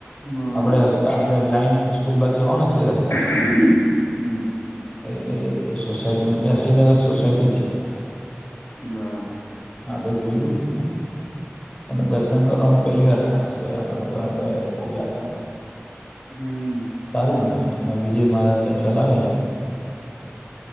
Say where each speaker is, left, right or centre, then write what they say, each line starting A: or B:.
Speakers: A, on the left; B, on the left.
A: હા
B: આપડે આપડે બ્લાઇન્ડ સ્કૂલ બાજ જવાનું. તે રસ્તા
A: હમ
B: પર. એ સોસાયટી શ્રીનગર સોસાયટી. છે
A: બરાબર
B: આગળ જોઈલું હતું મેં. દર્શન કરવાનો પહેલી વાર ચાન્સ રહ્યો. આગળ કોઈ વાર ગયા તો બહુ યાદ નથી.
A: હમ
B: સારું બનાવે છે ને. જે મારા ત્યાં ચલાવે છે.